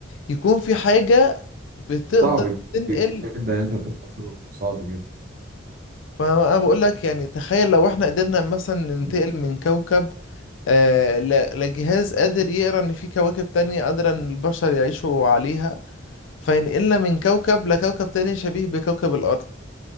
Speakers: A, on the left; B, on the right.
A: يكون في حاجة بتقدر
B: صعب
A: تنقل
B: جدا إن أنت تتصرف صعب
A: فانا بقول لك يعني تخيل لو احنا قدرنا مثلا ننتقل
B: جدا
A: من كوكب آه ل- لجهاز قادر يقرا ان في كواكب تانية قادرة ان البشر يعيشوا عليها فينقلنا من كوكب لكوكب تاني شبيه بكوكب الارض